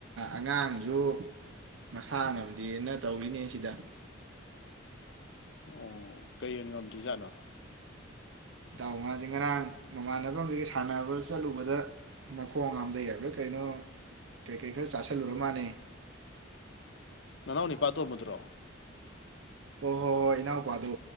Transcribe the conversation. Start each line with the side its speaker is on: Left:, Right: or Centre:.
Right: ꯑꯉꯥꯡꯖꯨ ꯃꯁꯥ ꯉꯝꯗꯦꯅ ꯇꯧꯔꯤꯅꯦ ꯁꯤꯗ
Left: ꯑꯣ ꯀꯩ ꯑꯣꯏꯅ ꯉꯝꯗꯔꯤ ꯖꯥꯠꯅꯣ
Right: ꯇꯥꯎ ꯉꯥꯁꯦ ꯉꯔꯥꯡ ꯃꯃꯥꯟꯅꯕ ꯉꯩꯒ ꯁꯥꯟꯅꯕ ꯆꯠꯂꯨꯕꯗ ꯃꯈꯣꯡ ꯉꯝꯗꯩ ꯌꯥꯏꯕ꯭ꯔꯥ ꯀꯩꯅꯣ ꯀꯩꯀꯩ ꯈꯔ ꯆꯥꯥꯁꯜꯂꯨꯔ ꯃꯥꯟꯅꯩ
Left: ꯅꯅꯥꯎ ꯅꯤꯄꯥ ꯇꯣꯝꯃꯨꯗ꯭ꯔꯣ
Right: ꯍꯣ ꯍꯣ ꯍꯣꯏ ꯏꯅꯥꯎꯄꯥꯗꯨ